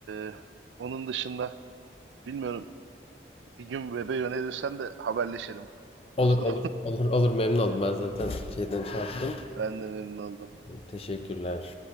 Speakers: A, on the right; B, on the left.
A: e, onun dışında bilmiyorum bir gün web'e yönelirsen de haberleşelim
B: Olur
A: dostum.
B: olur olur olur memnun oldum.
A: <laughs>
B: Ben zaten şeyden şey yaptım.
A: Ben de memnun oldum.
B: Teşekkürler.